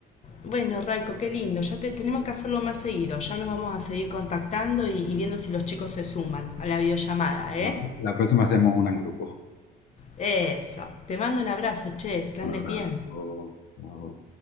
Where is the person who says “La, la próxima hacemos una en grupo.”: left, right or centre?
Left